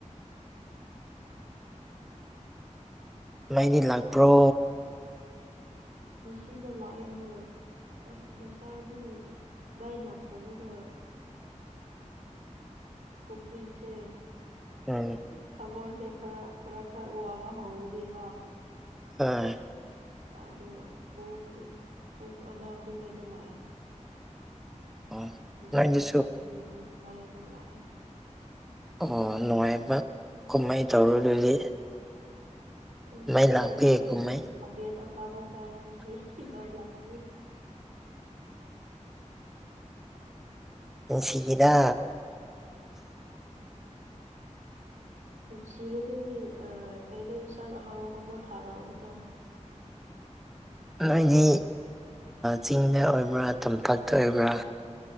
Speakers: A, in the centre; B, on the right.
A: ꯃꯅꯤ ꯂꯥꯛꯄ꯭ꯔꯣ
B: ꯁꯤꯗ ꯂꯑ ꯍꯣꯏ ꯑꯁ ꯉꯁꯥꯏꯗꯤ ꯃꯩ ꯂꯇꯕꯒ ꯄꯨꯛꯅꯤꯡꯁꯦ
A: ꯎꯝ
B: ꯊꯃꯣꯏꯁꯦ ꯈꯔ ꯈꯔ ꯈꯔ ꯋꯥꯕ ꯍꯧꯕꯅꯦꯕ
A: ꯑꯝ
B: ꯑꯗꯣ ꯄꯨꯡ ꯄꯨꯡ ꯑꯃ ꯑꯗꯨꯋꯥꯏꯗ ꯂꯥꯛꯑꯦ
A: ꯍꯣꯏ
B: ꯅꯨꯡꯉꯥꯏꯔꯦ
A: ꯅꯣꯏꯗꯁꯨ
B: ꯉꯁꯤꯗꯤ ꯑꯃꯨꯛ ꯚꯥꯏ ꯑꯃꯨꯛ ꯂꯥꯛꯑꯦ
A: ꯑꯣ ꯅꯨꯡꯉꯥꯏꯕ ꯀꯃꯥꯏꯅ ꯇꯧꯔ ꯑꯗꯨꯗꯤ
B: ꯑꯁ ꯁꯨꯃꯥꯏꯅ
A: ꯃꯩ ꯂꯥꯛꯄꯤ
B: ꯇꯧꯔꯒꯤ
A: ꯀꯨꯝꯍꯩ
B: ꯈꯥꯕꯦꯟ ꯑꯈꯥꯕ ꯆꯥꯏ ꯀꯁꯤ ꯏ ꯂꯕꯤ
A: ꯎ ꯁꯤꯒꯤꯗꯥ
B: ꯅꯨꯡꯁꯤꯔꯗꯤ ꯀꯩꯅꯣ ꯏꯟꯁꯥꯡ ꯑꯍꯥꯎ ꯑꯍꯥꯎꯕ ꯊꯥꯔꯛꯑꯣ ꯑꯗꯨꯅ
A: ꯅꯣꯏꯗꯤ ꯆꯤꯡꯗ ꯑꯣꯏꯕ꯭ꯔꯥ ꯇꯝꯄꯥꯛꯇ ꯑꯣꯏꯕ꯭ꯔꯥ